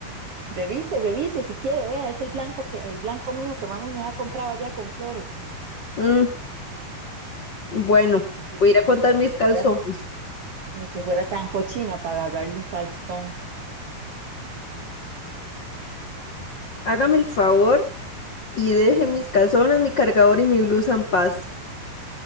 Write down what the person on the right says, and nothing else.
Revise, revise, si quiere, vea, es el blanco que, el blanco mío que mami me ha comprado allá con flores.
Ni que,
ni
que
fuera, ni que fuera tan cochina para agarrarle un calzón.